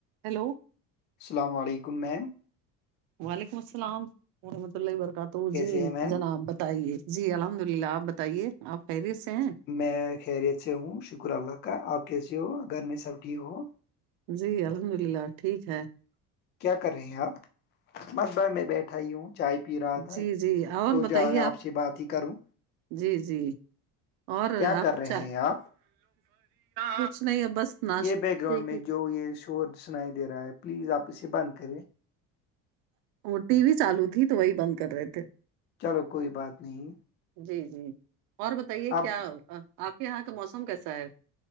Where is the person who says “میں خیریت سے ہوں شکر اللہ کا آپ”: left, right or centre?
Left